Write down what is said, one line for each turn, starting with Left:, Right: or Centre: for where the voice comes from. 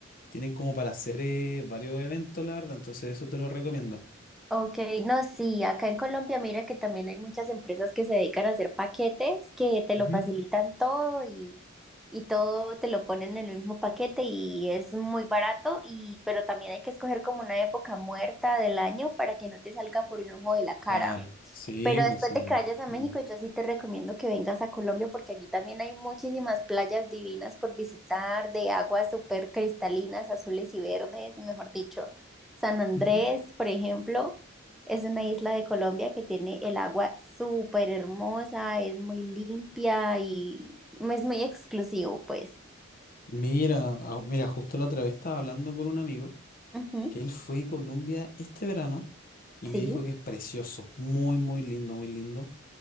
Left: tienen como para hacer eh, varios eventos, la verdad, entonces eso te lo recomiendo.
Centre: Ok, no, sí, acá en Colombia mira que también hay muchas empresas que se dedican a hacer paquetes que te lo
Left: Ujú.
Centre: facilitan todo y, y todo te lo ponen en el mismo paquete y es muy barato y pero también hay que escoger como una época muerta del año para que no te salga por un ojo de la cara.
Left: Claro, sí,
Centre: Pero después
Left: pues sí.
Centre: de que vayas a México,
Left: Mm.
Centre: yo sí te recomiendo que vengas a Colombia porque aquí también hay muchísimas playas divinas por visitar, de aguas súper cristalinas, azules y verdes, mejor dicho. San Andrés,
Left: Ujú.
Centre: por ejemplo, es una isla de Colombia que tiene el agua súper hermosa, es muy limpia y es muy exclusivo, pues.
Left: Mira, ah, mira, justo la otra vez estaba hablando con un amigo
Centre: Ujú,
Left: que él fue a Colombia este verano y me
Centre: Sí,
Left: dijo que es precioso, muy, muy lindo, muy lindo.